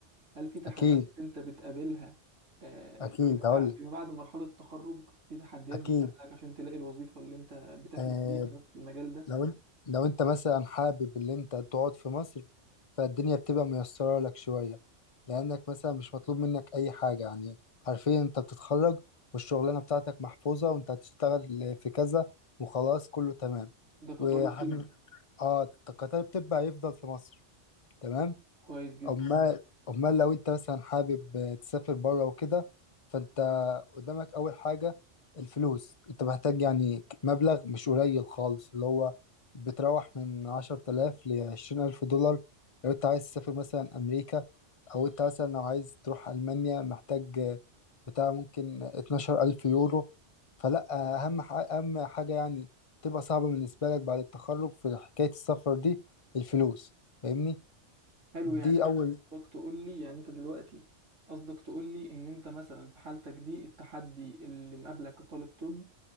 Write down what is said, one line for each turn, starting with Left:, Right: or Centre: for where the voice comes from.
Right: هل في تحديات
Left: اكيد
Right: انت بتقابلها آه،
Left: اكيد
Right: فيما
Left: هقول
Right: بعد
Left: لك
Right: فيما بعد مرحلة التخرج في تحديات
Left: اكيد
Right: بتقابلك عشان تلاقي الوظيفة اللي انت بتحلم
Left: آه
Right: بيها في المجال ده
Left: لو انت لو انت مثلا حابب ان انت تقعد في مصر فالدنيا بتبقى ميسرة لك شوية لانك مثلا مش مطلوب منك اي حاجة يعني حرفيا انت بتتخرج والشغلانة بتاعتك محفوظة وانت هتشتغل في كذا وخلاص كله تمام
Right: ده كطالب
Left: وحن...
Right: طب
Left: اه القطار بتبقى يفضل في مصر تمام
Right: كويس جدا
Left: امال امال لو انت مثلا حابب تسافر بره وكده فانت قدامك اول حاجه الفلوس انت محتاج يعني مبلغ مش قليل خالص اللي هو بتروح من عشرة آلاف لعشرين ألف دولار لو انت عايز تسافر مثلا أمريكا أو انت مثلا لو عايز تروح ألمانيا محتاج بتاع ممكن اتناشر ألف يورو فلا أهم ح- أهم حاجة يعني تبقى صعبة بالنسبة لك بعد التخرج في حكاية السفر دي الفلوس فاهمني؟
Right: حلو يعني
Left: دي
Right: انت
Left: أول
Right: قصدك تقول لي يعني انت دلوقتي قصدك تقول لي ان انت مثلا في حالتك دي التحدي اللي مقابلك كطالب طب